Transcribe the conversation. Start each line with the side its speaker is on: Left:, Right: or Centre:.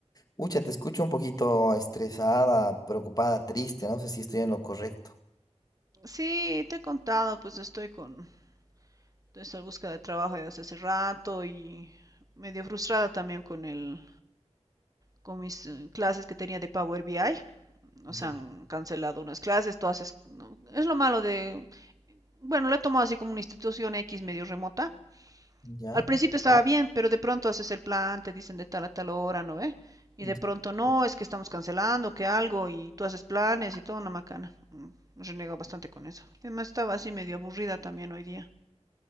Left: Ucha, te escucho un poquito estresada, preocupada, triste. No sé si estoy en lo correcto.
Right: Sí, te he contado, pues estoy con esa búsqueda de trabajo desde hace rato y medio frustrada también con el, con mis eh, clases que tenía de Power BI. Nos
Left: Ya,
Right: han cancelado unas clases, todas es, no, es lo malo de, bueno, lo he tomado así como una institución X medio remota.
Left: ya.
Right: Al principio estaba bien, pero de pronto haces el plan, te dicen de tal a tal hora, ¿no ve? Y
Left: ya.
Right: de pronto no, es que estamos cancelando, que algo, y tú haces planes y todo, una macana. Mm, Renego bastante con eso. Además estaba así medio aburrida también hoy día.